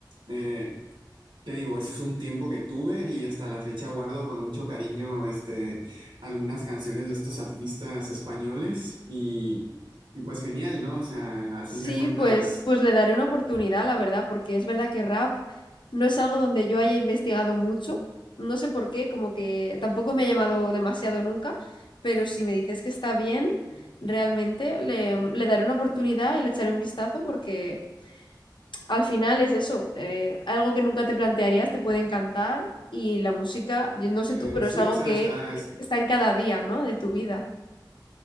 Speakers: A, on the right; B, on the left.
A: Eh, te digo, es un tiempo que tuve y hasta la fecha guardo con mucho cariño este, algunas canciones de estos artistas españoles y, y pues genial, ¿no? O sea, a fin
B: Sí,
A: de cuentas,
B: pues, pues le daré una oportunidad, la verdad, porque es verdad que rap no es algo donde yo haya investigado mucho. No sé por qué, como que tampoco me ha llamado demasiado nunca, pero si me dices que está bien, realmente le, le daré una oportunidad y le echaré un vistazo porque... al final es eso, eh, algo que nunca te plantearías te puede encantar y la música, yo no sé
A: eh,
B: tú, pero
A: sí,
B: es algo
A: o sea,
B: que
A: está, es-
B: es- está en cada día, ¿no? De tu vida.